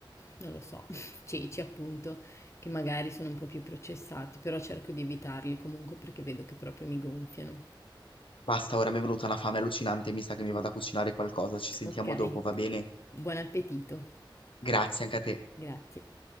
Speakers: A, on the left; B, on the left.
A: non lo so, <laughs> ceci appunto, che magari sono un po' più processati, però cerco di evitarli comunque perché vedo che proprio mi gonfiano.
B: Basta, ora mi è venuta una fame allucinante, mi sa che mi vado a cucinare qualcosa. Ci sentiamo
A: Ok.
B: dopo, va bene?
A: Buon appetito,
B: Grazie anche a te.
A: grazie.